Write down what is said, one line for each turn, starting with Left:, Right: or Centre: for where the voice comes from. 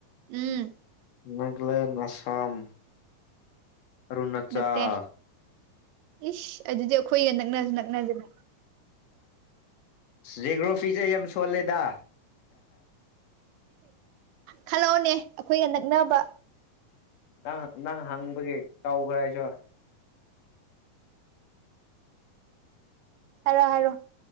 Right: ꯎꯝ
Left: ꯅꯥꯒꯂꯦꯟ ꯑꯁꯥꯝ ꯑꯔꯨꯅꯥꯆꯜ
Right: ꯅꯠꯇꯦ ꯏꯁ ꯑꯗꯨꯗꯤ ꯑꯩꯈꯣꯏꯒ ꯅꯛꯅꯁꯨ ꯅꯛꯅꯗꯅ
Left: ꯖꯣꯒꯔꯥꯐꯤꯁꯦ ꯌꯥꯝ ꯁꯣꯜꯂꯦꯗ
Right: ꯈꯜꯂꯛꯑꯣꯅꯦ ꯑꯩꯈꯣꯏꯒ ꯅꯛꯅꯕ
Left: ꯅꯪ ꯅꯪ ꯍꯪꯕꯒꯤ ꯀꯥꯎꯈ꯭ꯔ ꯍꯥꯏꯁꯨ
Right: ꯍꯥꯏꯔꯣ ꯍꯥꯏꯔꯣ